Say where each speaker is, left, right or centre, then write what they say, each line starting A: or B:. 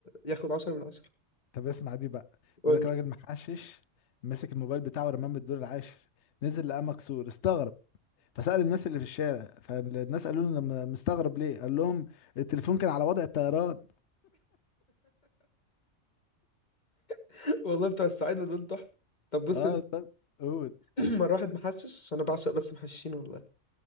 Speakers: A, on the left; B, on the left.
A: ياخد 10 من 10
B: طب اسمع دي بقى
A: قول
B: بيقول لك
A: لي.
B: راجل محشش مسك الموبايل بتاعه ورماه من الدور العاشر نزل لقاه مكسور استغرب فسأل الناس اللي في الشارع فالناس قالوا له "لما- مستغرب ليه قال لهم التليفون كان على وضع الطيران
A: <laughs> والله بتوع السعيده دول تحفه طب بص
B: اه
A: انت
B: طب قول
A: <clears throat> مره واحد محشش عشان انا بعشق بس محششين والله